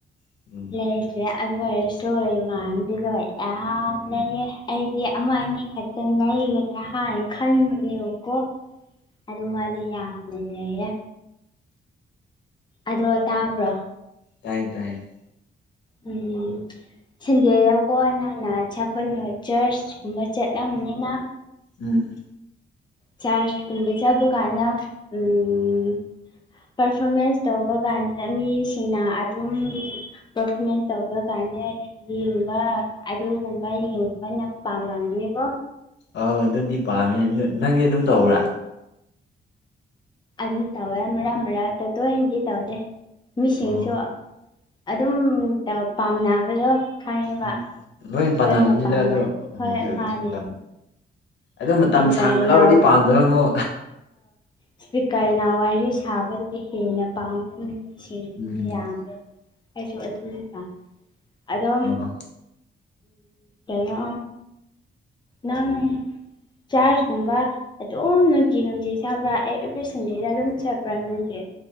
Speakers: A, on the left; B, on the left.
A: ꯎꯝ
B: ꯂꯩꯗ꯭ꯔꯦ ꯑꯗꯨ ꯑꯣꯏꯁꯨ ꯏꯃꯥꯟꯅꯕꯤꯗꯣ ꯌꯥꯝ ꯂꯩꯌꯦ
A: ꯎꯝ
B: ꯑꯩꯗꯤ ꯑꯃ ꯑꯅꯤ ꯈꯛꯇꯪ ꯂꯩꯒꯗ꯭ꯔꯥ ꯍꯥꯏꯅ ꯈꯟꯕꯅꯦꯕꯀꯣ ꯑꯗꯨ ꯃꯥꯗꯤ ꯌꯥꯝꯅꯍꯦ ꯑꯗꯣ ꯇꯥꯕ꯭ꯔꯣ
A: ꯇꯥꯏ ꯇꯥꯏ
B: ꯎꯝ ꯁꯟꯗꯦꯗꯀꯣ ꯅꯪꯅ ꯁꯥꯄꯜꯣ ꯆꯔꯆ ꯀꯨꯝꯕ ꯆꯠꯂꯝꯅꯤꯅ
A: ꯎꯝ
B: ꯆꯥꯔꯖꯀꯨꯝꯕ ꯆꯥꯕ ꯀꯥꯟꯥꯏꯅ ꯎꯝ ꯄꯔꯐꯣꯔꯃꯦꯟꯁ ꯇꯧꯕ ꯀꯥꯟꯗ ꯃꯤꯁꯤꯡꯅ ꯑꯗꯨꯝ ꯄꯔꯐꯣꯔꯃꯦꯟꯁ ꯇꯧꯕ ꯀꯅ ꯌꯦꯡꯕ ꯑꯗꯨꯒꯨꯝꯕ ꯌꯦꯡꯕ ꯅꯪ ꯄꯥꯝꯂꯝꯒꯅꯤꯀꯣ
A: ꯑꯧ ꯑꯗꯨꯗꯤ ꯄꯥꯝꯃꯦ ꯅꯪꯒꯤ ꯑꯗꯨꯝ
B: ꯎꯝ
A: ꯇꯧꯕ꯭ꯔꯥ
B: ꯑꯗꯨꯝ ꯇꯧꯋꯦ ꯃꯔꯛ ꯃꯔꯛ ꯇ ꯇꯣꯏꯅꯗꯤ ꯇꯧꯗꯦ ꯃꯤꯁꯤꯡꯁꯨ
A: ꯑꯣ
B: ꯑꯗꯨꯝ ꯄꯥꯝꯅꯕꯗꯣ ꯈꯪꯉꯤꯕ
A: ꯎꯝ ꯂꯣꯏ ꯄꯥꯟꯅꯕꯅꯤꯗ
B: ꯂꯣꯏꯅ ꯄꯥꯝꯅꯩ
A: ꯑꯗꯣ ꯑꯣ
B: ꯍꯣꯏ
A: ꯁꯥꯔꯚꯤꯁ
B: ꯃꯥꯅꯦ
A: ꯃꯇꯝ ꯑꯗꯨ
B: ꯏꯁꯄꯤꯀꯔꯅ
A: ꯃꯇꯝ ꯁꯥꯡꯅ ꯂꯧꯔꯗꯤ ꯄꯥꯝꯗꯔꯝꯃꯣ
B: ꯏꯁꯄꯤꯀꯔꯅ ꯋꯥꯔꯤ ꯁꯥꯕꯗꯨꯗꯒꯤ ꯍꯦꯟꯅ ꯄꯥꯝꯕꯅꯤ ꯁꯤ
A: ꯎꯝ
B: ꯌꯥꯝꯃꯦ ꯑꯩꯁꯨ ꯑꯗꯨꯝ ꯄꯥꯝꯃꯦ ꯑꯗꯣ
A: ꯑꯣ
B: ꯀꯣ ꯅꯪ ꯆꯥꯔꯖꯒꯨꯝꯕ ꯑꯗꯨꯝ ꯅꯨꯡꯇꯤ ꯅꯨꯡꯇꯤ ꯆꯥꯕ꯭ꯔꯥ ꯑꯦ ꯑꯦꯕ꯭ꯔꯤ ꯁꯟꯗꯦꯗ ꯑꯗꯨꯝ ꯆꯠꯕ꯭ꯔꯥ ꯅꯪꯇꯤ